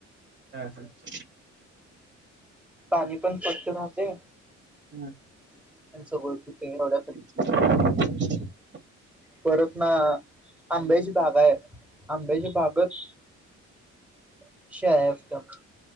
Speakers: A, on the right (about 40°); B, in the centre.
A: <unintelligible>
B: पाणी पण स्वच्छ राहते.
A: हम्म
B: त्यांच बोलतो तु एवढ
A: <inaudible>
B: परत ना आंब्याची बाग आहे. आंब्याची बागच <unintelligible>